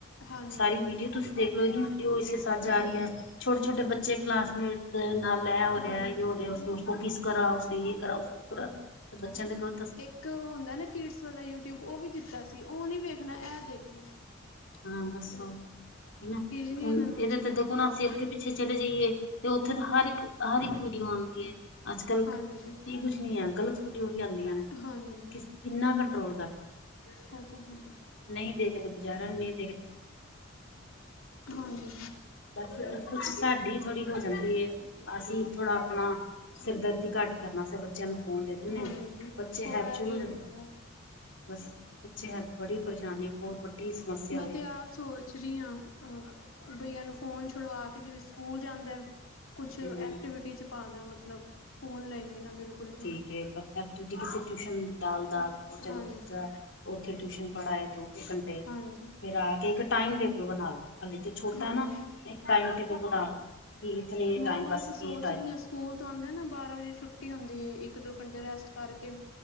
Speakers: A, on the left (about 60°); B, on the left (about 85°).
A: <unintelligible>
B: ਹਾਂਜੀ
A: ਸਾਰੀ ਵੀਡੀਓ ਤੁਸੀਂ ਦੇਖਲਓ ਇਹੀ ਵੀਡੀਓ ਇਸ ਕੇ ਸਾਥ ਜਾ
B: ਹਾਂਜੀ
A: ਰਹੀ ਹੈ ਛੋਟੇ ਛੋਟੇ ਬੱਚੇ ਕਲਾਸ ਮੇ ਨਾਲ ਇਹ ਹੋ ਰਿਹਾ
B: ਹਾਂਜੀ
A: ਜੋ ਹੋ ਰਿਹਾ। ਉਸ ਨੇ ੳਸ ਕੋ ਕਿਸ ਕਰਾ ਉਸਨੇ ਯੇ ਕਰਾ ਉਸਨੇ ਵੋ ਕਰਾ ਤੇ ਬੱਚਿਆਂ ਦੇ ਗਲਤ
B: ਏਕ ਹੁੰਦਾ ਨਾ ਕੀਡਸ ਵਾਲਾ ਯੂਟਿਊਬ ਉਹ ਵੀ ਦਿੱਤਾ ਸੀ। ਉਹ ਨੀ ਵੇਖਨਾ ਇਹ ਦੇਖਨਾ
A: ਹਾਂ ਬਸ ਉਹ ਹਨ
B: ਨੀ
A: ਹੁਨ
B: ਇਹਨਾਂ ਨੂੰ
A: ਇਹਦੇ
B: ਅੱਛੀ
A: ਤੇ
B: ਲੱਗਦੀ
A: ਦੇਖੋ ਨਾ ਅਸੀਂ ਅੱਗੇ ਪਿਛ ਪਿੱਛੇ ਚਲੇ ਜਾਈਏ ਤੇ ਉੱਥੇ ਤਾਂ ਹਰ ਇੱਕ ਹਰ ਇੱਕ ਵੀਡੀਓ ਆਂਦੀ ਐ। ਅੱਜ ਕੱਲ
B: ਹਾਂਜੀ
A: ਕੀ ਕੁਛ ਨੀ ਹੈ ਗ਼ਲਤ ਵੀਡੀਓ ਵੀ ਆਂਦੀਆਂ ਨੇ
B: ਹਾਂਜੀ
A: ਕਿੰਨਾ ਕੰਟਰੋਲ ਕਰ
B: ਇਹ ਤੇ ਹੈ
A: ਨਹੀਂ ਦੇ ਕੇ ਤੇ ਗੁਜ਼ਾਰਾ ਨ <unintelligible>
B: ਹਾਂਜੀ।
A: ਬਸ ਕੁਛ ਸਾਡੀ ਥੋੜ੍ਹੀ ਹੋ ਜਾਂਦੀ ਏ। ਅਸੀਂ ਥੋੜਾ ਅਪਨਾ ਸਿਰ ਦਰਦੀ ਘੱਟ ਕਰਨ ਆਸਤੇ ਬੱਚਿਆਂ ਨੂੰ ਫੋਨ ਦੇ ਦਿੰਨੇ
B: ਹਾਂਜੀ
A: ਆ। ਬੱਚੇ
B: ਥੋੜ੍ਹਾ
A: ਹੈਪਚੁਅਲ
B: ਇਹ ਵੀ
A: ਹੋ ਜਾਂਦੇ।
B: ਜਾਂਦਾ
A: ਬਸ ਬੱਚੇ ਹੈ ਬੜੀ ਪਰੇਸ਼ਾਨੀ ਬੋਤ ਵੱਡੀ ਸਮੱਸਿਆ
B: ਮੈਂ
A: ਵੇ
B: ਤੇ ਐ ਸੋਚ ਰਹੀ ਹਾਂ ਅ‌ ਬਈ ਇਹਨੂੰ ਫ਼ੋਨ ਛੁਡਵਾ ਕੇ ਜਿਵੇਂ ਸਕੂਲ ਜਾਂਦਾ ਕੁਛ
A: ਹਮ
B: ਐਕਟੀਵਿਟੀ ਚ ਪਾਦਾ ਮਤਲਬ ਫੋਨ ਲਏ ਨਾ ਬਿਲਕੁਲ ਵੀ
A: ਐ ਕਿਸੇ ਟਿਊਸ਼ਨ ਦਾਲ ਦਾਲ ਤੋ ਚਲੋ
B: ਹਾਂਜੀ
A: ਬੱਚਾ ਉੱਥੇ ਟਿਊਸ਼ਨ ਪੜ੍ਹਾਏ ਤੂੰ <unintelligible> ਅੱਧੇ ਘੰਟੇ
B: ਹਾਂਜੀ
A: ਫੇਰ ਆ ਕੇ ਇੱਕ ਟਾਈਮ ਟੇਬਲ ਬਨਾ ਲੋ ਹਲੇ ਤੇ ਛੋਟਾ
B: ਹਾਂਜੀ
A: ਨਾ। ਟਾਈਮ ਟੇਬਲ ਬਨਾ ਦੋ ਕਿ ਇਤਨੇ
B: ਮੈਂ
A: ਟਾਈਮ ਬਸ ਯੇ
B: ਸੋਚ
A: ਟਾਈਮ
B: ਰਹੀ
A: ਮਿਲੇਗਾ।
B: ਹਾਂ ਸਕੂਲ ਤੋਂ ਆਂਦੇ ਨਾ ਬਾਰਾਂ ਵਜੇ ਛੁੱਟੀ ਹੁੰਦੀ ਐ। ਇੱਕ ਦੋ ਘੰਟੇ ਰੈਸਟ ਕਰਕੇ